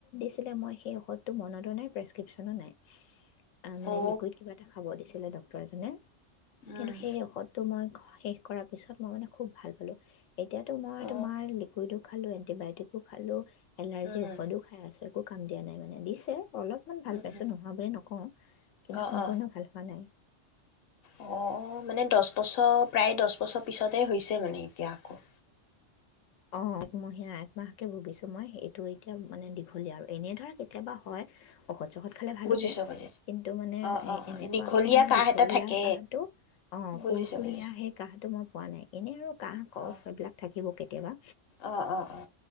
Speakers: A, on the left; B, on the left.
A: শিকিলো মই সেই ঔষধটো মনতো নাই প্ৰেছক্ৰিপশ্যনো নাই। আ, মানে
B: অ
A: লিকুইড কিবা এটা খাব দিছিলে ডক পাই জোনে
B: উম
A: কিন্তু সেই ঔষধটো মই ঘত। শেষ কৰাৰ পিছত মই মানে খুব ভাল পালোঁ। এতিয়াতো মই
B: অ
A: তোমাৰ লিকুইডো খালোঁ এন এণ্টিবায়টিকো খালোঁ এলাৰ্জি
B: উম
A: ঔষধো খাই আছো। একো কাম দিয়া নাই মানে, দিছে। অলপমান ভাল
B: উম
A: পাইছো
B: হম
A: নোহোৱা বুলি নকওঁ, কিন্তু
B: অ
A: সম্পূৰ্ণ
B: অ
A: ভাল হোৱা নাই।
B: অ <unintelligible> প্ৰায় দশ বছৰ পিছতে হৈছে মানে এতিয়া আকৌ।
A: অ, একমহীয়া-একমাহকে ভুগিছো মই, এইটো এতিয়া মানে দীঘলীয়া আৰু এনেই ধৰা কেতিয়াবা হয়, ঔষধ চখদ খালে ভাল
B: বুজিছো
A: হৈ যায়
B: বুজিছো
A: কিন্তু মানে
B: অ অ
A: এ-এনেকুৱাকে
B: দীঘলীয়া
A: মানে
B: কাহ
A: দীঘলীয়া
B: এটা থাকে
A: কাহটো অ', সুৰ-সুুৰীয়া
B: বুজিছো বুজিছো
A: সেই কাহটো মই <unintelligible> নাই এনে আৰু কাঁহ-কফ
B: অ
A: এইবিলাক থাকিব কেতিয়াবা।
B: অ অ অ